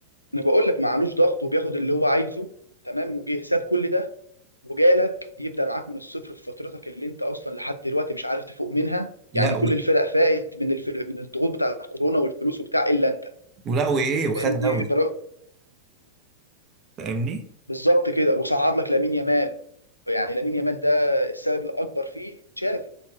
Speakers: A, on the left; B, on the right.
A: انا بقول لك معلوش ضغط وبياخد اللي هو عايزه تمام وجه ساب كل ده وجالك يبدا معاك من الصفر في فترتك اللي انت اصلا لحد دلوقتي مش عارف تفوق منها
B: لا
A: يعني كل
B: و...
A: الفرق فاقت من الفرق من الضغوط بتاعت كورونا والفلوس وبتاع الا انت
B: ولا وايه وخد
A: فاهمني
B: دوري
A: برغم-
B: فاهمني
A: بالظبط كده وصعد لك لامين يامال يعني لامين يامال ده السبب الاكبر فيه تشافي